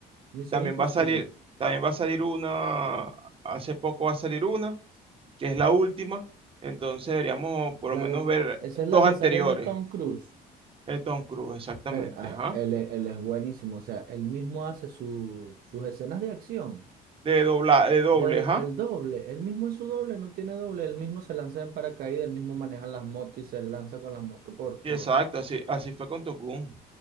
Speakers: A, on the right (about 60°); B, on the right (about 35°).
A: Misión
B: También
A: Imposible.
B: va a salir, también va a salir una, hace poco va a salir una, que es la última, entonces deberíamos por
A: La
B: lo menos
A: de-
B: ver
A: esa es
B: dos
A: la que
B: anteriores.
A: sale de Tom Cruise.
B: El Tom Cruise, exactamente,
A: Pero ah,
B: ajá.
A: él, es él es buenísimo. O sea, él mismo hace su- sus escenas de acción.
B: De dobla, de doble,
A: Del,
B: ajá.
A: el doble. Él mismo es su doble, no tiene doble. Él mismo se lanza en paracaídas, él mismo maneja las motos y se lanza con las motos por,
B: Sí,
A: por...
B: exacto, así, así fue con Top Gun.